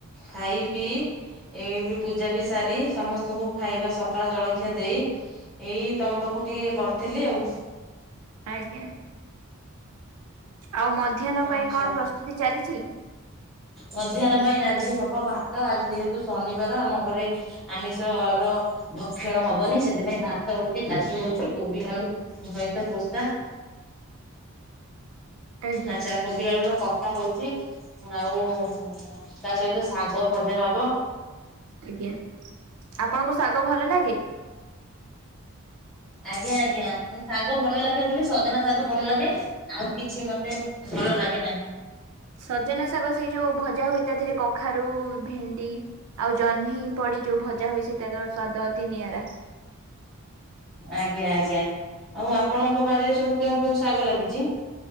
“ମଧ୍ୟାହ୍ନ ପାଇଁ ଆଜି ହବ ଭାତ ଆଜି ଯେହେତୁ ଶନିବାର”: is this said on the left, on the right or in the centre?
Centre